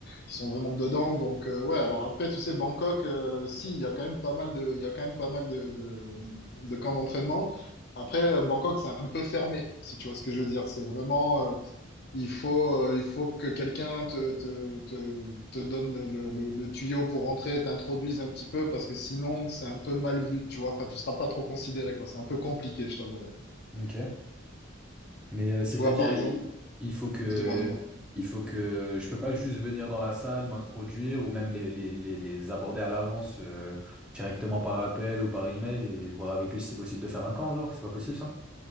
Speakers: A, on the left; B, in the centre.
A: qui sont vraiment dedans. Donc, euh, ouais. Alors après, tu sais, Bangkok, euh, si, il y a quand même pas mal de, il y a quand même pas mal de, de, de camps d'entraînement. Après, euh, Bangkok, c'est un peu fermé, si tu vois ce que je veux dire. C'est vraiment, euh, il faut, euh, il faut que quelqu'un te, te, te, te donne le, le- le tuyau pour rentrer, t'introduise un petit peu, parce que sinon, c'est un peu mal vu, tu vois. Enfin, tu seras pas trop considéré, quoi. C'est un peu compliqué, je t'avouerai.
B: Ok. Mais euh, c'est-à-dire,
A: Tu vois, par exemple,
B: il, il faut que,
A: dis-moi, dis-moi.
B: il faut que, je peux pas juste venir dans la salle, m'introduire ou même les, les, les, les aborder à l'avance euh, directement par appel ou par email et voir avec eux si c'est possible de faire un camp, genre, c'est pas possible ça?